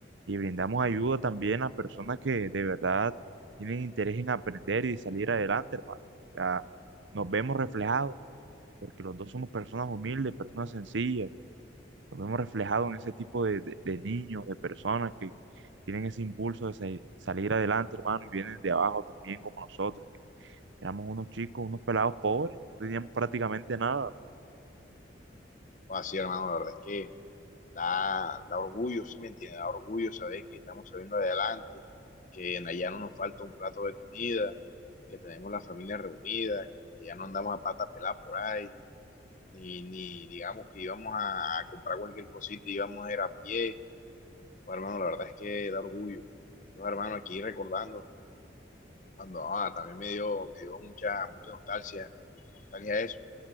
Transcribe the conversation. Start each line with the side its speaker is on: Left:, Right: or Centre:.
Right: y brindamos ayuda también a personas que de verdad tienen interés en aprender y salir adelante, hermano. O sea, nos vemos reflejados, porque los dos somos personas humildes, personas sencillas. Nos vemos reflejados en ese tipo de, de- de niños, de personas que tienen ese impulso de sa- salir adelante, hermano, y vienen de abajo también como nosotros Éramos unos chicos, unos pelados pobres, no teníamos prácticamente nada.
Left: O así, hermano, la verdad es que da, da orgullo, ¿sí me entiende? Da orgullo saber que estamos saliendo adelante, que en allá no nos falta un plato de comida, que tenemos la familia reunida, que ya no andamos a pata pelada por ahí, ni, ni digamos que íbamos a, a comprar cualquier cosita y íbamos a ir a pie Bueno, hermano, la verdad es que da orgullo. Yo, hermano, aquí recordando, cuando ah, también me dio, me dio mucha, mucha nostalgia, nostalgia eso,